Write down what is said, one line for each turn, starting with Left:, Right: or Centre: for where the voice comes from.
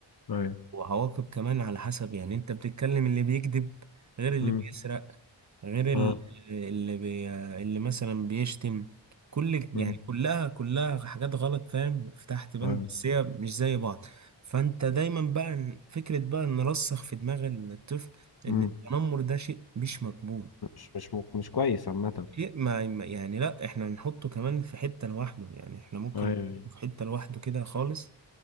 Left: ايوه
Right: وعواقب كمان على حسب يعني انت بتتكلم اللي بيكذب غير اللي
Left: امم
Right: بيسرق غير ال-
Left: اه
Right: اللي بي اللي مثلا بيشتم كل يعني
Left: امم
Right: كلها كلها حاجات غلط فاهم فتحت بند
Left: ايوه
Right: بس هي مش زي بعض فانت دايما بقى ن- فكرة بقى نرسخ في دماغ الطفل ان
Left: امم
Right: التنمر ده شيء مش مقبول
Left: مش مش مو- مش كويس عامة
Right: شيء ما ما- يعني لا احنا نحطه كمان في حتة لوحده يعني احنا ممكن
Left: ايوه
Right: نحطه في حتة لوحده كده خالص